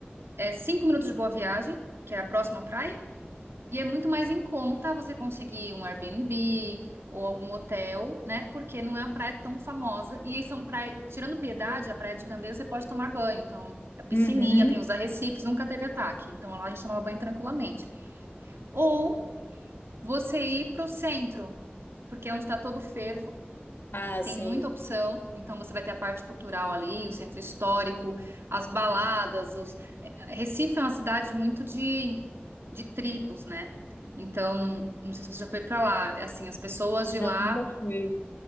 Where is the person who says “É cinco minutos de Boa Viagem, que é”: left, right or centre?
Right